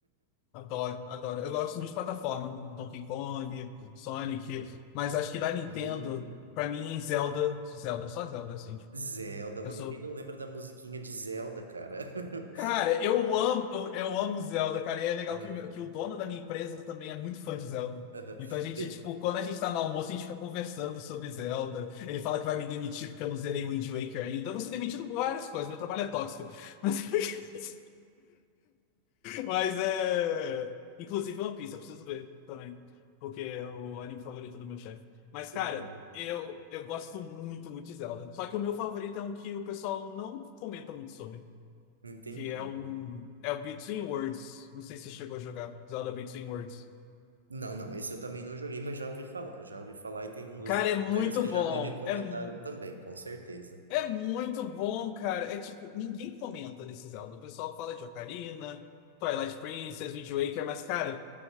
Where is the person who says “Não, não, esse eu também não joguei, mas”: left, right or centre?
Right